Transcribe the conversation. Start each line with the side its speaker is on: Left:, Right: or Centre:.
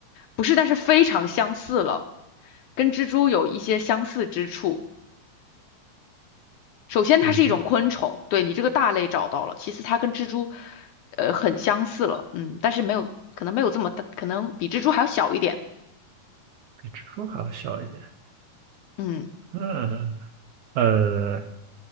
Left: 不是，但是非常相似了，跟蜘蛛有一些相似之处。首先它是一种昆虫，
Right: 哎呦，
Left: 对你这个大类找到了。其次它跟蜘蛛，呃，很相似了，嗯，但是没有，可能没有这么大，可能比蜘蛛还要小一点，
Right: 比蜘蛛还要小一点。
Left: 嗯，
Right: 嗯，呃，